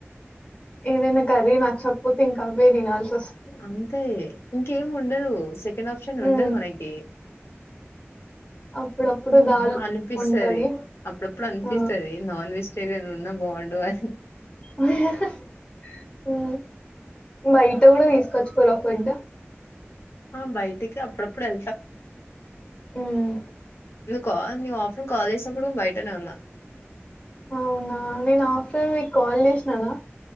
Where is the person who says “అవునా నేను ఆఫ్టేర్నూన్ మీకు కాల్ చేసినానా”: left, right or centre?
Left